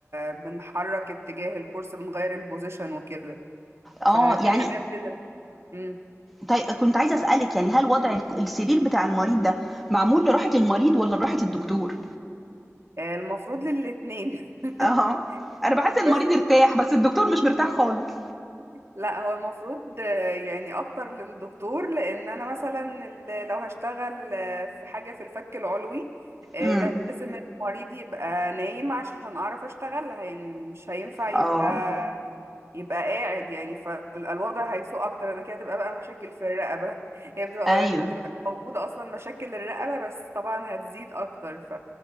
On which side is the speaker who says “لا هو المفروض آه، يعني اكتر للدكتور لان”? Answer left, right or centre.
Right